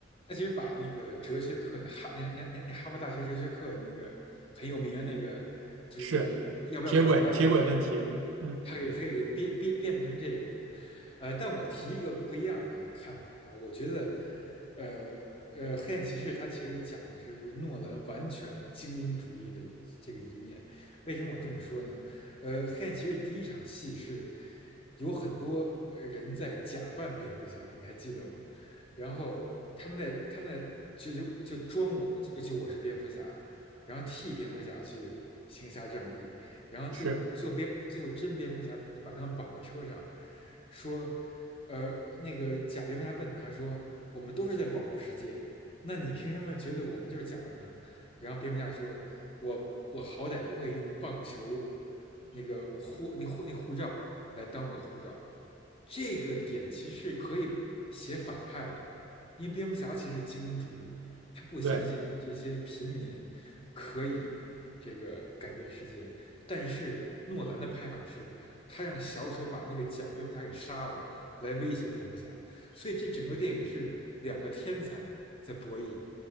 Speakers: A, on the left (about 30°); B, on the right (about 85°).
A: 他其实把那个哲学课，那哈那那那那哈佛大学哲学课那个很有名的那个，就是那个要不要拐弯那个，
B: 是铁轨铁轨问题，嗯，
A: 他给他给变变变成这个，呃，但我提一个不一样的看法吧，我觉得，呃呃，黑暗骑士它其实讲的是诺兰完全精英主义的这个一面，为什么我这么说呢？呃，黑暗骑士第一场戏是有很多呃人在假扮蝙蝠侠，你还记得吗？然后他们在他们在就就就装我就就我是蝙蝠侠，然后替蝙蝠侠去行侠仗义，然后最后最后蝙最后真蝙蝠侠就把他们绑在车上，
B: 是
A: 说，呃，那个假蝙蝠侠问他说，我们都是在保护世界，那你凭什么觉得我们就是假的呢？然后蝙蝠侠说，我我好歹不会用棒球那个护那护那护罩。来当我的护照。这个点其实可以写反派的，因为蝙蝠侠其实是精英主义，他不相信你这些平民可以这个改变世界。
B: 对
A: 但是诺兰的拍法是，他让小丑把那个假蝙蝠侠给杀了，来威胁蝙蝠侠。所以这整个电影是两个天才在博弈，